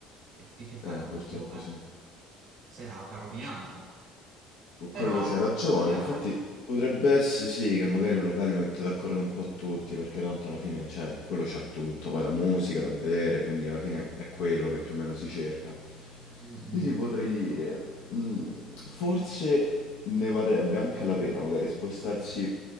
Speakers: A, on the right; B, on the left.
A: E che, che fai
B: Eh,
A: quando
B: purtroppo
A: piove?
B: sì.
A: Serata rovinata.
B: Con
A: Però
B: quello c'ha ragione,
A: magari,
B: infatti potrebbe essere sì che magari un locale mette d'accordo un po' tutti, perché tanto alla fine cioè, quello c'ha tutto, poi la musica da bere, quindi alla fine è quello che più o meno si cerca.
A: mm, mm,
B: Io ti potrei dire, mm, forse ne varrebbe anche la pena magari spostarsi